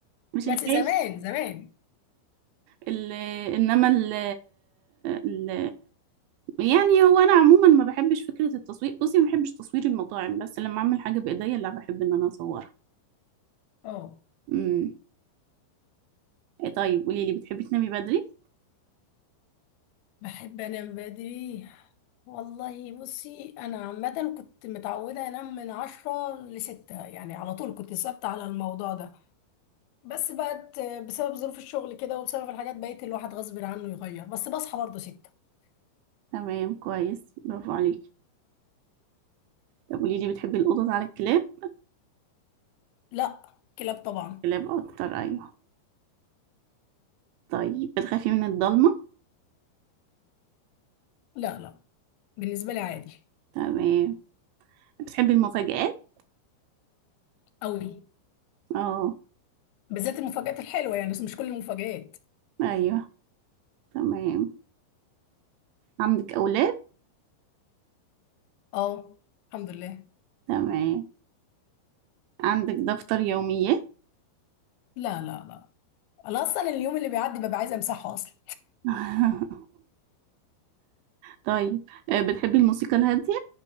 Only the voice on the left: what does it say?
بس
زمان زمان
اه
بحب انام بدري والله بصي انا عامه كنت متعوده انام من عشرة لستة يعني على طول كنت ثابته على الموضوع ده بس بقت بسبب ظروف الشغل كده وبسبب الحاجات بقيت الواحد غصب عنه يغير بس بصحى برضه ستة
لا كلاب طبعا
لا لا بالنسبه لي عادي
قوي
بالذات المفاجآت الحلوه يعني بس مش كل المفاجآت
اه الحمد لله
لا لا لا انا اصلا اليوم اللي بيعدي ببقى عايزه امسحه اصلا